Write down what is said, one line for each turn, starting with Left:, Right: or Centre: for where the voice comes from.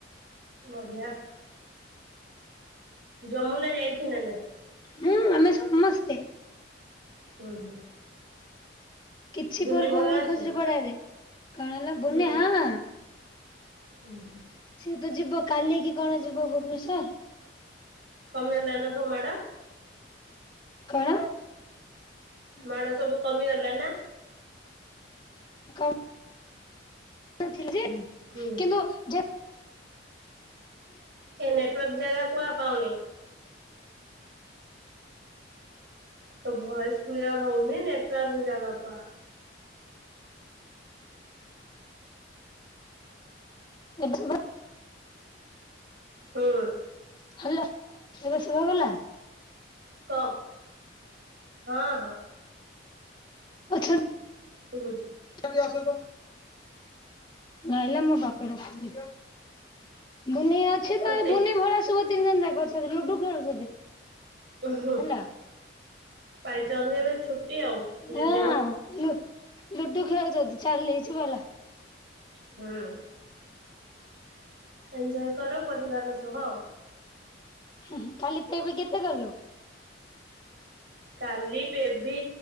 Right: ବଢିଆ। ଯମୁନା ଯାଇଛି ନା ନାଇଁ।
Left: ହୁଁ ଆମେ ସମସ୍ତେ।
Right: ହୁଁ ହୁଁ।
Left: କିଛି
Right: ବୁନି
Left: ପର୍ବ
Right: ଭଲ
Left: ହୋଉନି
Right: ଅଛି?
Left: ଖୁସିରେ ପଡାରେ କଣ ହେଲା ବୁନିଆ
Right: ହୁଁ
Left: ହଁ।
Right: ହୁଁ ହୁଁ।
Left: ସିଏ ତ ଯିବ କାଲି କି କଣ ଯିବ ଭୁବନେଶ୍ଵର।
Right: କମିଆ ଦାନ ଙ୍କ ମାଡ଼
Left: କଣ?
Right: ମାଡ଼ ସବୁ କମିଗଲା ନା?
Left: କ ନଥିଲି ଯେ
Right: ହୁଁ।
Left: କିନ୍ତୁ ଯେ
Right: ଏ ନେଟୱାର୍କ ଜାଗା କୁ ଆଉ ପାଉନି। ତୋ ଭଏସ କ୍ଲିୟର ହୋଉନି ନେଟୱାର୍କ ଜାଗାକୁ ଆ।
Left: ଏବେ ଶୁଵିଲା
Right: ହୁଁ।
Left: ହ୍ୟାଲୋ ଏବେ ଶୁଭାଗଲା।
Right: କହ। ହଁ ହଁ
Left: ଅଛନ୍‌
Right: ଶୁବୁଚି।
Left: ଜଲ୍ଲୀ ଆସ ତ। ନାହଲେ ମୋ ବାପା ରଖି ବୁନିଆ ଅଛି
Right: ତତେ
Left: ତ ବୁନି ଭଳିଆ ସୁଭତିନି ଜଣ ଯାକଅଛନ୍ତି ଲୁଡୁ ଖେଳୁଛନ୍ତି।
Right: ଉଁ ହୁଁ
Left: ହେଲା
Right: ପାଇଚନ୍ତି ଏବେ ଛୁଟି ଆଉ। ଦି
Left: ହଁ
Right: ଦିନି
Left: ଲୁ ଲୁଡୁ ଖେଳୁଛନ୍ତି ଚାଲିଚି ଵାଲା।
Right: ହୁଁ। ଏଞ୍ଜୟ କର ପରିବାର ସହ।
Left: ହୁ କାଲି କେବି କେତେ କଲୁ?
Right: କାଲି ପେବି